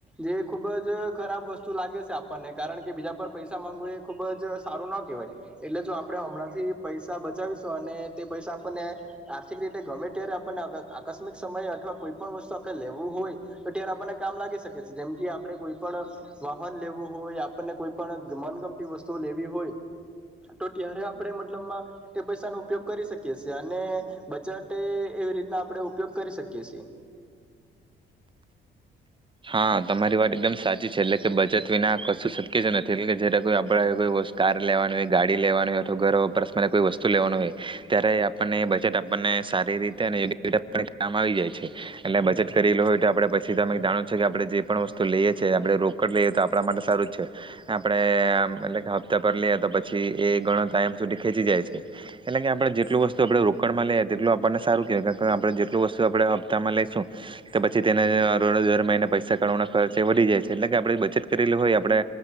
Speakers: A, in the centre; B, on the right.
A: જે ખુબ જ ખરાબ વસ્તુ લાગે છે, આપણને કારણ કે બીજા પર પૈસા માંગવું એ ખુબ જ સારું ન કહેવાય. એટલે જો આપણે હમણાંથી પૈસા બચાવીશું અને તે પૈસા આપણને આર્થિક રીતે ગમે ત્યારે આપણને આક આકસ્મિક સમયે અથવા કોઈ પણ વસ્તુ આપણે લેવું હોય, તો ત્યારે આપણને કામ લાગી શકે છે. જેમ કે આપણે કોઈ પણ વાહન લેવું હોય, આપણને કોઈ પણ મનગમતી વસ્તુઓ લેવી હોય, તો ત્યારે આપણે મતલબમાં એ પૈસાનો ઉપયોગ કરી શકીએ છીએ. અને બચત એવી રીતના આપણે ઉપયોગ કરી શકીએ છીએ.
B: હા તમારી વાત એકદમ સાચી છે, એટલે કે બચત વિના કશું શક્ય છે નથી. એટલે કે જયારે કોઈ આપણે કોઈ કાર લેવાની હોય, ગાડી લેવાની હોય અથવા ઘર વપરસ કોઈ વસ્તુ લેવાની હોય, ત્યારે આપણને બચત આપ અને સારી રીતે અને યોગ્ય રીતે આપણે કામ આવી જાય છે. એટલે બચત કરેલું હોય, તો આપડે પછી તમે જાણ છે કે આપણે જે પણ વસ્તુ લઈએ છેએ. આપણે રોકડ લઈએ તો આપણા માટે સારું જ છે. આપણે આમ એટલે કે હપ્તા પર લઈએ તો પછી, એ ઘણો ટાઈમ સુધી ખેંચી જાય છે. એટલે કે આપણે જેટલું વસ્તુ આપણે રોકડ માં લઈએ તેટલું આપણને સારું કેય. આપણે જેટલું વસ્તુ આપણે હપ્તામાં લઈશું તો પછી તેને રોકડ તમે અને પૈસા કરવાના ખર્ચે વધી જાય છે, એટલે કે આપણે બચત કરેલી હોય આપણે